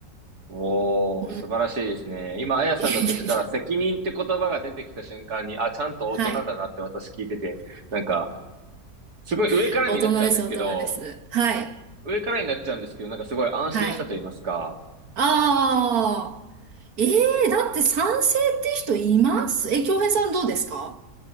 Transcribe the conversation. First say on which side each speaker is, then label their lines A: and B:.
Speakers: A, on the right; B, on the right.
A: おー、
B: うん。
A: 素晴らしいですね。
B: い
A: 今、あやさんの口から責任って言葉が出てきた瞬間に、
B: やいやいや。
A: あ、ちゃんと大人だなって私聞いてて、
B: はい。
A: なんか、すごい上からになっちゃうんですけど、
B: <laughs> 大人です、大人です。はい。
A: 上からになっちゃうんですけど、なんかすごい安心したと言いますか、
B: はい。ああ。ええだって賛成って人いますえ、京平さんどうですか